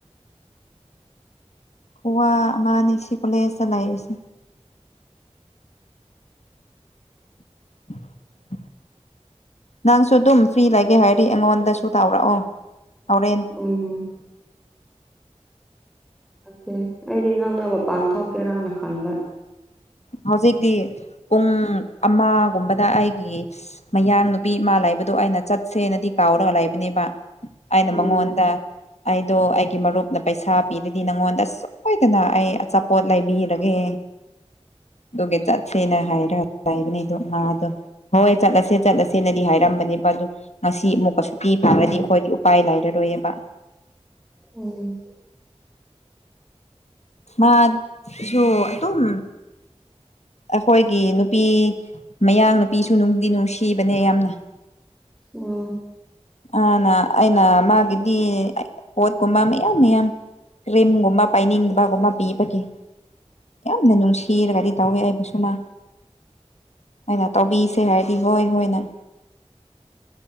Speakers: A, on the left; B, in the centre.
A: ꯋꯥ ꯑꯃꯥꯅꯤ ꯁꯤ ꯀꯣꯂꯦꯖꯇꯥ ꯂꯩꯕꯁꯦ <inaudible> ꯅꯪꯁꯨ ꯗꯨꯝ ꯐ꯭ꯔꯤ ꯂꯩꯒꯦ ꯍꯥꯏꯔꯗꯤ ꯑꯩꯉꯣꯟꯗꯁꯨ ꯇꯥꯎꯔꯛꯑꯣ ꯍꯧꯔꯦꯟ
B: ꯎꯝ ꯑꯣꯀꯦ ꯑꯩꯗꯤ ꯅꯪꯗꯣ ꯃꯄꯥꯟ ꯊꯣꯛꯀꯦꯔꯅ ꯈꯟꯕ
A: ꯍꯧꯖꯤꯛꯗꯤ ꯄꯨꯡ ꯑꯃꯒꯨꯝꯕꯗ ꯑꯩꯒꯤ ꯃꯌꯥꯡ ꯅꯨꯄꯤ ꯃꯥ ꯂꯩꯕꯗꯣ ꯑꯩꯅ ꯆꯠꯁꯦꯅꯗꯤ ꯀꯥꯎꯔꯒ ꯂꯩꯕꯅꯦꯕ ꯑꯩꯅ
B: ꯎꯝ
A: ꯃꯉꯣꯟꯗ ꯑꯩꯗꯣ ꯑꯩꯒꯤ ꯃꯔꯨꯞꯅ ꯄꯩꯁꯥ ꯄꯤꯔꯗꯤ ꯅꯪꯉꯣꯟꯗ ꯑꯁꯨ ꯍꯣꯏꯗꯅ ꯑꯩ ꯑꯆꯥꯄꯣꯠ ꯂꯩꯕꯤꯔꯒꯦ ꯗꯨꯒꯤ ꯆꯠꯁꯦꯅ ꯍꯥꯏꯔ ꯂꯩꯕꯅꯦ ꯑꯗꯣ ꯃꯥꯗꯣ ꯍꯣꯏ ꯆꯠꯂꯁꯦ ꯆꯠꯂꯁꯦꯅꯗꯤ ꯍꯥꯏꯔꯝꯕꯅꯦꯕ ꯑꯗꯨ ꯉꯁꯤ ꯑꯃꯨꯛꯀ ꯁꯨꯇꯤ ꯐꯥꯡꯔꯗꯤ
B: ꯎꯝ
A: ꯑꯈꯣꯏꯗꯤ ꯎꯄꯥꯏ ꯂꯩꯔꯔꯣꯏꯌꯦꯕ
B: ꯎꯝ
A: ꯃꯥꯠꯁꯨ ꯑꯗꯨꯝ ꯑꯈꯣꯏꯒꯤ ꯅꯨꯄꯤ ꯃꯌꯥꯡ ꯅꯨꯄꯤꯁꯨ ꯅꯨꯡꯗꯤ ꯅꯨꯡꯁꯤꯕꯅꯦ ꯌꯥꯝꯅ
B: ꯎꯝ
A: ꯑꯥꯅ ꯑꯩꯅ ꯃꯥꯒꯤꯗꯤ ꯄꯣꯠꯀꯨꯝꯕ ꯃꯌꯥꯝ ꯃꯌꯥꯝ ꯀ꯭ꯔꯤꯝ ꯒꯨꯝꯕ ꯄꯥꯏꯅꯤꯡꯗꯕꯒꯨꯝꯕꯞ ꯄꯤꯕꯒꯤ ꯌꯥꯝꯅ ꯅꯨꯡꯁꯤꯔꯒꯗꯤ ꯇꯧꯋꯦ ꯑꯩꯕꯨꯁꯨ ꯃꯥ ꯑꯩꯅ ꯇꯧꯕꯤꯁꯦ ꯍꯥꯏꯔꯗꯤ ꯍꯣꯏ ꯍꯣꯏꯅ